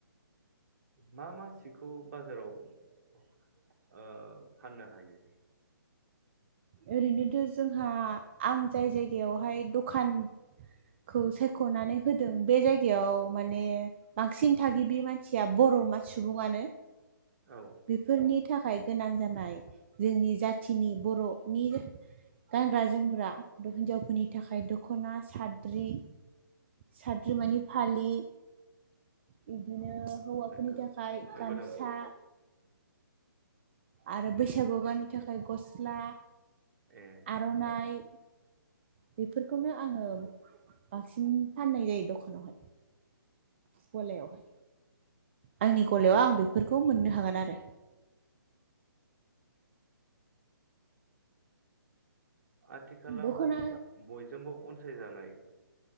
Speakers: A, on the right; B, on the right.
A: मा मा सिखौ बाजाराव ओ फाननो हायो?
B: ओरैनोथ' जोंहा आं जाय जायगायावहाय दखानखौ सायख'नानै होदों, बे जायगायाव माने बांसिन थागिबि मानसिया बर' मा सुबङानो।
A: औ
B: बेफोरनि नि थाखाय गोनां जानाय, जोंनि जाथिनि बर'नि गानग्रा जोमग्रा हिनजावफोरनि थाखाय दख'ना साद्रि साद्रिमानि फालि बिदिनो हौवाफोरनि
A: नंगौ
B: थाखाय
A: नंगौ
B: गामसा।
A: नामा
B: आरो बैसागु आव गाननो थाखाय गस्ला।
A: ए
B: आर'नाइ। बेफोरखौनो आङो बांसिन फाननाय जायो दखानावहाय। गलायावहाय। आंनि गलायाव आं बेफोरखौ मोननो हागोन आरो।
A: आथिखालाव
B: दख'ना
A: बयजोंबो अनसायजानाय